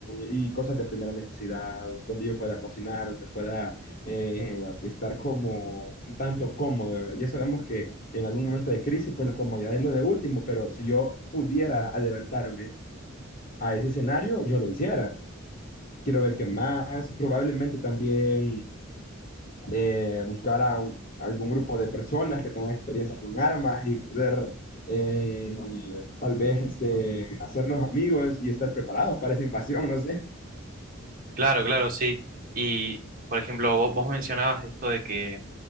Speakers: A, on the left (about 40°); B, on the right (about 40°).
A: y cosas de primera necesidad, donde yo pueda cocinar, donde pueda eh, estar como tanto cómodo. Ya sabemos que en algún momento de crisis, pues la comodidad es lo de último, pero si yo pudiera adelantarme a ese escenario, yo lo hiciera. Quiero ver qué más, probablemente también eh, buscar a un- algún grupo de personas que tengan experiencias con armas y poder eh, tal vez este, hacernos amigos y estar preparados para esa invasión, no sé.
B: Claro, claro, sí. Y, por ejemplo, vo- vos, mencionabas esto de que